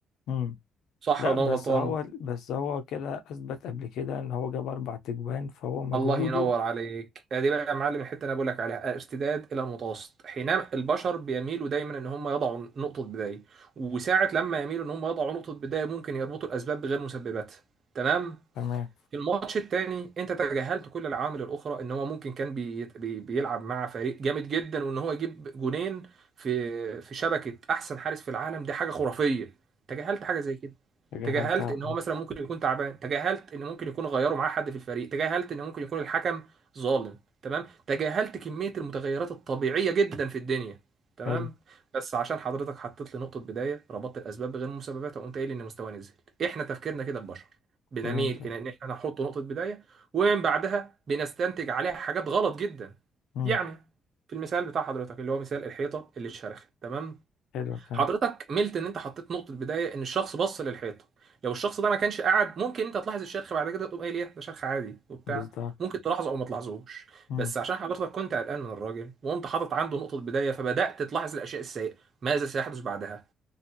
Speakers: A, on the left; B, on the right.
A: مم.
B: صح
A: لا
B: ولا
A: بس
B: انا غلطان
A: هو بس هو كده اثبت قبل كده ان هو جاب اربع تجوان فهو مجهوده
B: الله ينور عليك دي بقى يا معلم الحته اللي انا بقول لك عليها الارتداد الى المتوسط حينما البشر بيميلوا دايما ان هم يضعوا نقطه بدايه وساعه لما يميلوا ان هم يضعوا نقطه بدايه ممكن يربطوا الاسباب بغير مسببات تمام
A: تمام
B: في الماتش التاني انت تجاهلت كل العوامل الاخرى ان هو ممكن كان بي بي بيلعب مع فريق جامد جدا وان هو يجيب جونين في في شبكه احسن حارس في العالم دي حاجه خرافيه تجاهلت حاجه زي كده
A: تجاهلتها
B: تجاهلت ان
A: اه
B: هو مثلا ممكن يكون تعبان تجاهلت ان ممكن يكون غيروا معاه حد في الفريق تجاهلت ان ممكن يكون الحكم ظالم تمام تجاهلت كميه المتغيرات الطبيعيه جدا في الدنيا تمام
A: حلو
B: بس عشان حضرتك حطيت لي نقطه بدايه ربطت الاسباب بغير المسببات وقمت قايل ان مستواه نزل احنا تفكيرنا كده البشر بنميل
A: فهمتك
B: الى ان احنا نحط نقطه بدايه ومن بعدها بنستنتج عليها حاجات غلط جدا
A: امم
B: يعني في المثال بتاع حضرتك اللي هو مثال الحيطه اللي اتشرخت تمام
A: حلو كده
B: حضرتك ملت ان انت حطيت نقطه بدايه ان الشخص بص للحيطه لو الشخص ده ما كانش قاعد ممكن انت تلاحظ الشرخ بعد كده تقوم قايل ايه ده شرخ عادي وبتاع
A: بالظبط
B: ممكن تلاحظه او ما تلاحظهوش
A: امم
B: بس عشان حضرتك كنت قلقان من الراجل وقمت حاطط عنده نقطه بدايه فبدات تلاحظ الاشياء السيئه ماذا سيحدث بعدها